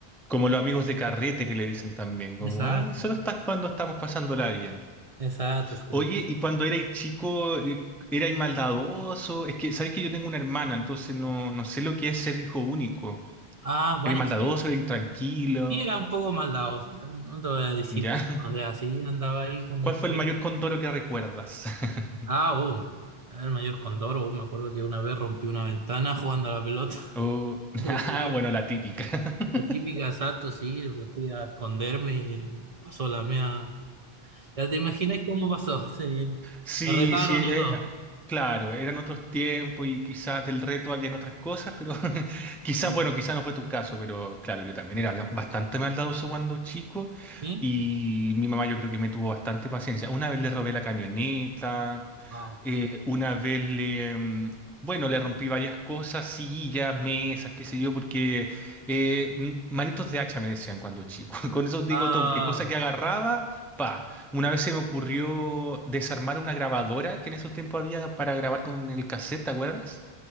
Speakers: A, in the centre; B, on the right.
A: Como los amigos de carrete que le dicen también, como,
B: Exacto.
A: ay, solo estás cuando estamos pasándola bien.
B: Exacto, sí.
A: Oye, y cuando erais chico, eh, erais maldadoso. Es que, ¿sabéis que yo tengo una hermana? Entonces no, no sé lo que es ser hijo único.
B: Ah, bueno,
A: ¿Erais maldadoso,
B: sí,
A: erais tranquilo?
B: sí era un poco maldadoso, o sea, no te voy a decir,
A: ¿Ya?
B: o sea, sí andaba ahí con
A: ¿Cuál
B: mis
A: fue
B: primos.
A: el mayor condoro que recuerdas? <laughs>
B: Ah, oh, el mayor Condoro, oh, me acuerdo que una vez rompí una ventana jugando a la pelota,
A: Oh,
B: <laughs>
A: <laughs>
B: le
A: ah,
B: pegué
A: bueno, la típica. <laughs>
B: la típica exacto, sí, me fui a esconderme y pasó la mía. Ya te imagináis cómo pasó, <laughs> sí.
A: Sí,
B: Me retaron
A: sí, eh,
B: y todo.
A: claro, eran otros tiempos y quizás del reto habían otras cosas, pero <laughs> quizás,
B: Sí.
A: bueno, quizás no fue tu caso, pero claro, yo también era bastante maldadoso cuando chico
B: ¿Sí?
A: y mi mamá yo creo que me tuvo bastante paciencia. Una vez le robé la camioneta,
B: Wow.
A: Eh, una vez le, mm, bueno, le rompí varias cosas, sillas, mesas, qué sé yo, porque eh, n- manitos de hacha me decían cuando chico. <laughs> Con eso digo
B: Ah,
A: todo, porque cosa que agarraba, pa. Una vez se me ocurrió desarmar una grabadora que en esos tiempos había para grabar con el cassette, ¿te acuerdas?